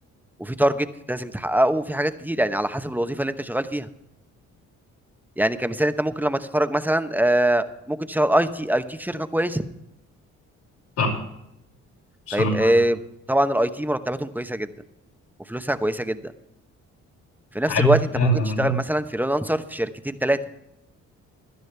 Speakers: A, in the centre; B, on the left.
A: وفي تارجت لازم تحققه وفي حاجات كتير يعني على حسب الوظيفه اللي انت شغال فيها يعني كمثال انت ممكن لما تتخرج مثلا آه، ممكن تشتغل اي تي اي تي في شركه كويسه
B: صح بس
A: طيب
B: انا
A: آه، طبعا الاي تي مرتباتهم كويسه جدا وفلوسها كويسه جدا في نفس
B: عارف
A: الوقت انت
B: ده-
A: ممكن تشتغل مثلا فريلانسر في شركتين ثلاثه